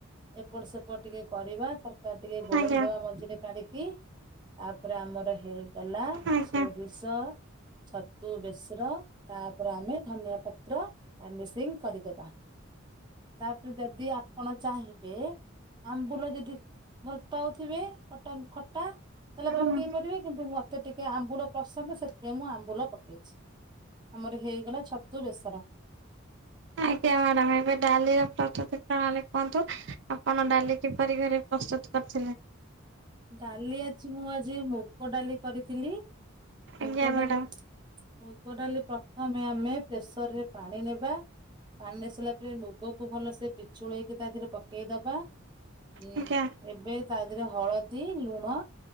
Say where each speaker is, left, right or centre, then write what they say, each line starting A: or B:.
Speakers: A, on the right; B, on the right.
A: ଏପଟ ସେପଟ ଟିକେ କରିବା ତରକାରୀ ଟିକେ ଗୋଳେଇଦବା
B: ଆଜ୍ଞା
A: ମଝିରେ କାଢିକି। ତାପରେ ଆମର ହେଇଗଲା
B: ଆଜ୍ଞା
A: ସୋରିଷ ଛତୁ ବେସ୍ର ତାପରେ ଆମେ ଧନିଆ ପତ୍ର ଗର୍ଣିଶିଂ କରିଦେବା ତାପରେ ଯଦି ଆପଣ ଚାହିଁବେ ଆମ୍ବୁଲ ଯଦି ଭଲ ପାଉଥିବେ ଖଟା ଖଟା। ତାହେଲେ
B: ହୁଁ
A: ପକେଇ ପାରିବେ କିନ୍ତୁ ମତେ ଟିକେ ଆମ୍ବୁଲ ପସନ୍ଦ ସେଥିପାଇଁ ମୁଁ ଆମ୍ବୁଲ ପକେଇଛି। ଆମର ହେଇଗଲା ଛତୁ ବେସର।
B: ଆଜ୍ଞା ମ୍ୟାଡ଼ାମ। ଏବେ ଡାଲିର ପ୍ରସ୍ତୁତି ପ୍ରଣାଳୀ କୁହନ୍ତୁ ଆପଣ ଡାଲି କିପରି ଘରେ ପ୍ରସ୍ତୁତ କରିଥିଲେ।
A: ଡାଲି ଆଜି ମୁଁ ଆଜି ମୁଗ ଡାଲି କରିଥିଲି
B: ଆଜ୍ଞା
A: ମୁଗ
B: ମ୍ୟାଡ଼ାମ
A: ଡାଲି। ମୁଗ ଡାଲି ପ୍ରଥମେ ଆମେ ପ୍ରେସରରେ ପାଣି ନେବା। ପାଣି ଆସାରିଲା ପରେ ମୁଗକୁ ଭଲସେ ପିଛୁଳେଇକି ତା ଦେହରେ ପକେଇଦବା। ହୁଁ
B: ଆଜ୍ଞା
A: ଏବେ ତା ଦେିହରେ ହଳଦୀ ଲୁଣ